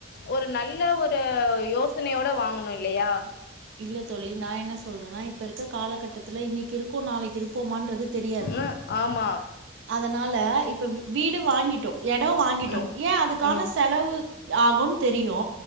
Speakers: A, on the left; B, on the right.
A: ஒரு நல்ல ஒரு யோசனையோட வாங்கணு இல்லயா
B: இல்ல தோழி நா என்ன சொல்றனா இப்ப இருக்க காலகட்டத்தில்ல இன்னைக்கு இருக்கோ நாளைக்கு இருப்போமா தெரியாது
A: ம் ஆமா
B: அதனால இப்ப வி வீடு வாங்கிட்டோ எடோ வாங்கிட்டோ
A: ம்
B: ஏ அதுக்கான
A: ம்
B: செலவு ஆகு தெரியு